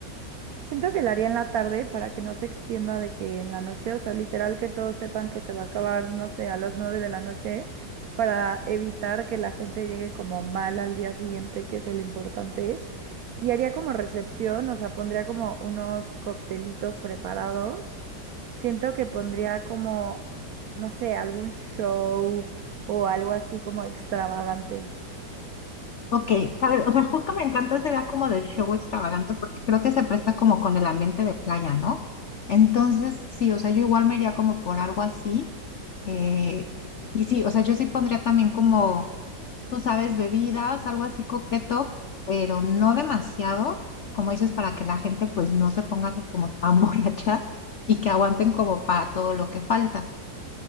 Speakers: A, on the right; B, on the left.
A: Siento que la haría en la tarde para que no se extienda de que en la noche, o sea, literal que todos sepan que se va a acabar, no sé, a las 9 de la noche, para evitar que la gente llegue como mal al día siguiente, que es el importante. Y haría como recepción, o sea, pondría como unos coctelitos preparados. Siento que pondría como, no sé, algún show o algo así como extravagante.
B: Ok, ¿sabes? O sea, justo me encanta esa idea como del show extravagante porque creo que se presta como con el ambiente de playa, ¿no? Entonces, sí, o sea, yo igual me iría como por algo así. eh, y sí, o sea, yo sí pondría también como, tú sabes, bebidas, algo así coqueto, pero no demasiado, como dices, para que la gente pues no se ponga como tan <laughs> borracha y que aguanten como para todo lo que falta.